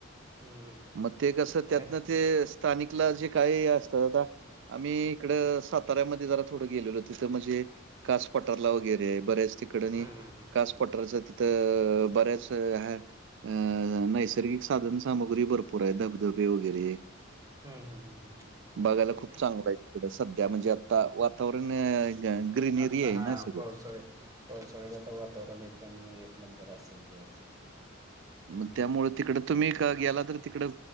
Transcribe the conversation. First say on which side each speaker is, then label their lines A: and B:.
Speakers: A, on the right; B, on the right.
A: हम्म हम्म
B: मग ते कसं
A: पुण्यात
B: त्यातन ते स्थानिकला जे काय असतात आता आम्ही इकडं साताऱ्यामध्ये जरा थोडं गेलेलो तिथं म्हणजे कास पटारला वगैरे बऱ्याच तिकडंनी
A: हम्म हम्म हम्म हम्म
B: असं तिथं बऱ्याच ह अ नैसर्गिक साधन सामग्री भरपूर आहे धबधबे वगैरे.
A: हम्म हम्म हम्म हम्म हम्म
B: बघायला खूप चांगलं आहे तिकड सध्या म्हणजे आता <unintelligible> ग्रीनरीय
A: आता हा
B: ना सगळी
A: पावसाळ्यात पावसाळ्यात आता वातावरण एकदम एक नंबर असंल की असंल की हम्म
B: मग त्यामुळं
A: हम्
B: तिकडं तुम्ही गेला तर तिकडं